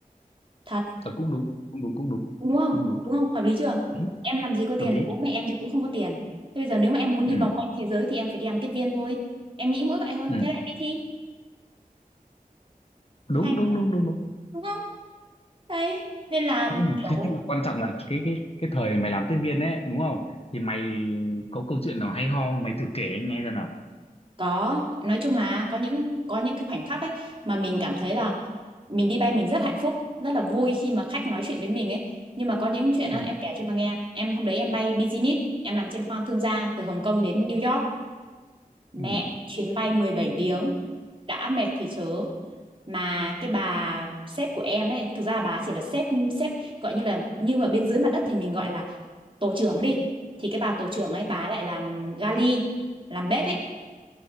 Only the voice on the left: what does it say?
ờ, cũng đúng cũng đúng cũng đúng
cũng đúng
ừ,
hợp
lý
ừ,
ừ.
đúng
đúng đúng đúng đúng
ừ.
thế nhưng mà quan trọng là cái cái cái thời mày làm tiếp viên ấy đúng không thì mày có câu chuyện nào hay ho không? mày thử kể anh nghe xem nào
ừ,
ừ,